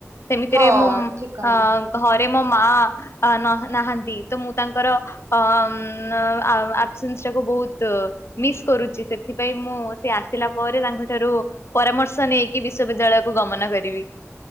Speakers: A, on the left; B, on the right.
A: ସେମିତିରେ
B: ହଁ
A: ମୁଁ ମ୍
B: ଠିକ କହିଲେ।
A: ଆଁ ଘରେ ମୋ ମାଆ ଆ ନ ନାହାନ୍ତି ତ ମୁଁ ତାଙ୍କର ଅ ଆଁ ନ ଆସେନ୍ସ ଟାକୁ ବହୁତ ମିସ୍ କରୁଛି ସେଥିପାଇଁ ମୁଁ ସେ ଆସିଲା ପରେ ତାଙ୍କଠାରୁ ପରାମର୍ଶ ନେଇକି ବିଶ୍ଵବିଦ୍ୟାଳୟ କୁ ଗମନ କରିବି।